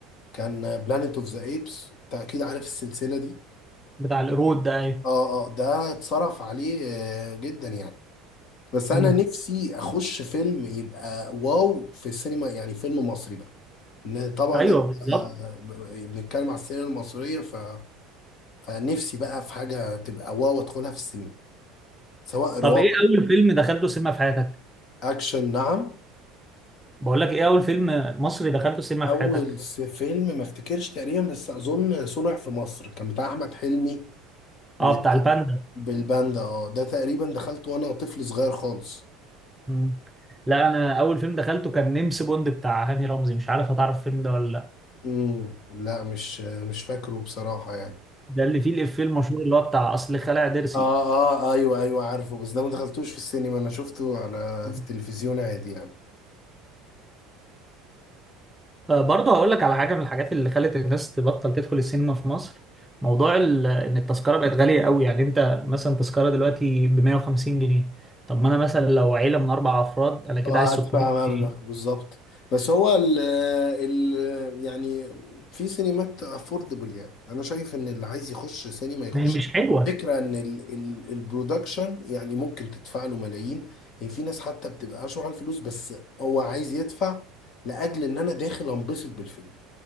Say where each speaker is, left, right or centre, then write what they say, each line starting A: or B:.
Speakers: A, on the left; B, in the centre.
A: كان بلانيت اوف ذا ايبس انت اكيد عارف السلسله دي
B: بتاع القرود ده ايوه
A: اه اه ده اتصرف عليه آه، جدا يعني بس انا
B: مم.
A: نفسي اخش فيلم يبقى واو في السينما يعني فيلم مصري بقى ان طبعا
B: ايوه بالظبط
A: آه، ب- بنتكلم على السينما المصريه ف... فنفسي بقى في حاجه تبقى واو ادخلها في السينما سواء رعب
B: طب ايه اول فيلم دخلته سينما في حياتك
A: اكشن نعم
B: بقول لك ايه اول فيلم مصري دخلته سينما
A: اول
B: في حياتك
A: س- فيلم ما افتكرش تقريبا بس اظن صنع في مصر كان بتاع احمد حلمي وت...
B: اه بتاع الباندا
A: بالباندا اه ده تقريبا دخلت وانا طفل صغير خالص
B: مم. لا انا اول فيلم دخلته كان نمس بوند بتاع هاني رمزي مش عارف هتعرف الفيلم ده ولا لا
A: امم لا مش مش فاكره بصراحة يعني
B: ده اللي فيه الافيه المشهور اللي هو بتاع اصل خلع ضرسي
A: اه اه ايوه ايوه عارفه بس ده ما دخلتوش في السينما انا شفته على
B: مم.
A: في التلفزيون عادي يعني
B: آه، برضه هقول لك على حاجه من الحاجات اللي خلت الناس تبطل تدخل السينما في مصر موضوع ال- ان التذكره بقت غاليه قوي يعني انت مثلا تذكره دلوقتي ب 150 جنيه طب ما انا مثلا لو عيله من اربع افراد انا كده
A: اه
B: عايز
A: هدفع
B: 600 جنيه
A: مبلغ بالظبط بس هو ال ال يعني في سينمات افوردبل يعني انا شايف ان اللي عايز يخش سينما يخش
B: ما هي مش حلوه
A: فكرة ان ال ال البرودكشن يعني ممكن تدفع له ملايين هي في ناس حتى بتبقى اشوع على الفلوس بس هو عايز يدفع لاجل ان انا داخل انبسط بالفيلم